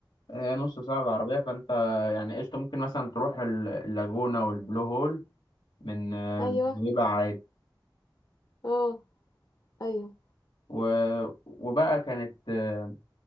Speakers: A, on the left (about 75°); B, on the left (about 50°).
A: هي نص ساعه بالعربيه فانت يعني قشطه ممكن مثلا تروح ال- اللاجونه والبلو هول من آه،
B: ايوه
A: من نويبع عادي
B: اه ايوه
A: و... وبقى كانت آه،